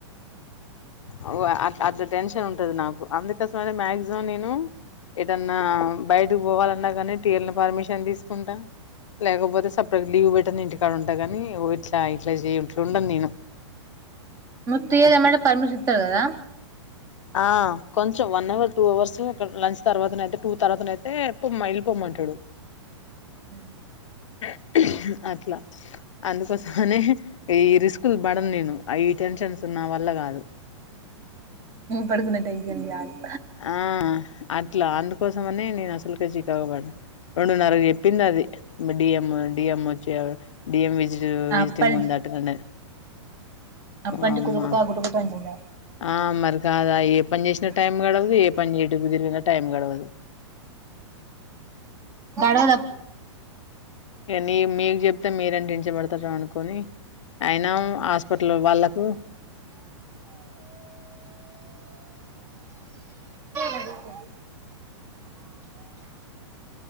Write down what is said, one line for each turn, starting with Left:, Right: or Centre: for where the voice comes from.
Left: ఆవో అట్ల అట్లా టెన్షన్ ఉంటది నాకు అందుకోసం అనే మాక్సిమం నేను ఎటన్నా బయిటికి పోవాలన్నా కానీ టీ ఎల్ ని పర్మిషన్ తీసుకుంటా లేకపోతే సక్కగా లీవ్ పెట్టినా ఇంటికాడ ఉంటా గాని ఓ ఇట్లా ఇట్లా చేయ ఇట్ల ఉండను నేను
Right: మరి టి ఎల్
Left: అట్లా
Right: అన్నాక పర్మిషన్ ఇత్తారు కదా
Left: ఆ కొంచెం వన్ అవర్ టూ అవర్స్ ఒక లంచ్ తర్వాతనైతే టూ తర్వాతన అయితే పోమని వెళ్ళిపోమ్మంటాడు
Right: హ్మ్
Left: <inaudible> అట్లా అందుకోసమనే ఈ రిస్కులు బడను నేను అ ఈ టెన్షన్స్ ఉన్నా వల్ల కాదు
Right: పడుకున్న టైంకి అది గాదు
Left: ఆ! అట్లా అందుకోసమనే నేను అసల్ కే చికాకు బడను రెండున్నరకు చెప్పింది అది డిఎం డిఎం వచ్చ డిఎం విజి విజిటింగ్
Right: అప్పటి
Left: ఉంది అట్లా నే
Right: అప్పటి నుంచి
Left: ఆమ్మా
Right: కుటుకుట కుటుకుట అంటుంది
Left: ఆ మరికాదా ఎ పని చేసినా టైం గడవదు ఏ పని చే ఎటు కుదిరిగిన టైం గడవదు
Right: దడ
Left: ఇక నేను మీకు చెప్తే మీరేం టెన్షన్ పడతారో అనుకోని అయినా హాస్పిటల్ వాళ్ళకు
Right: <inaudible>